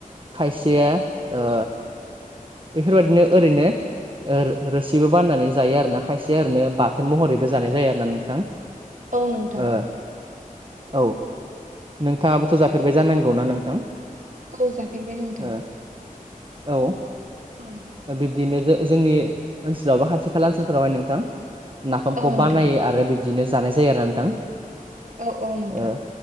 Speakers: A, on the right; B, on the right.
A: खायसेया ओ बेफोरबादिनो ओरैनो रो-रोसिबो बानायनानै जायो आरोना खायसे ओरैनो बाथोन महरैबो जानाय जायो आरो। नोंथां
B: औ नोंथां
A: ओ औ नोंथाङाबोथ' जाफेरबाय जानांगौना नोंथां?
B: औ जाफेरबाय नोंथां।
A: ओ औ
B: ओं
A: दा बिब्दिनो जो-जों जोंनि ओनसोलाव बा खाथि खाला ओनसोलफोरावहाय नोंथां नाफामखौ
B: औ नोंथां
A: बानायो आरो बि बिदिनो जानाय जायो आरोना नोंथां।
B: औ औ नोंथां।
A: ओ